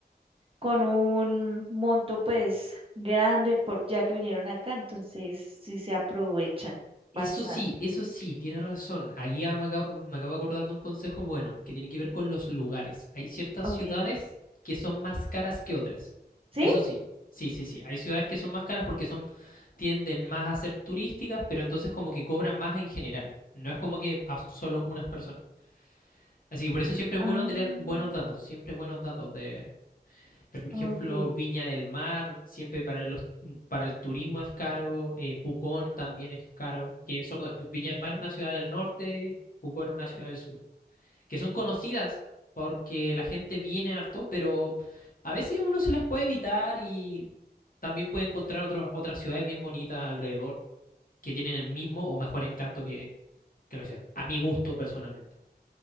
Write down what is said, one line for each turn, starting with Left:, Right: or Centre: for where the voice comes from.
Right: con un monto pues grande por ya que vinieron acá, entonces sí se aprovechan
Left: Eso
Right: bastante.
Left: sí, eso sí, tienes razón. Ahí ya me acabo, me acabo de acordar de un consejo bueno, que tiene que ver con los lugares. Hay ciertas
Right: Ok.
Left: ciudades que son más caras que otras.
Right: ¿Sí?
Left: Eso sí, sí, sí, sí. Hay ciudades que son más caras porque son, tienden más a ser turísticas, pero entonces como que cobran más en general. No es como que a solo unas personas. Así que por eso siempre
Right: Ah,
Left: es bueno tener buenos datos, siempre buenos datos de pero, por
Right: ok.
Left: ejemplo, Viña del Mar, siempre para los para el turismo es caro, eh, Pucón también es caro, que son, eh, Viña del Mar es una ciudad del norte, Pucón es una ciudad del sur, que son conocidas porque la gente viene harto, pero a veces uno se las puede evitar y también puede encontrar otros, otras ciudades bien bonitas alrededor que tienen el mismo o mejor encanto que, que la ciudad. A mi gusto, personalmente.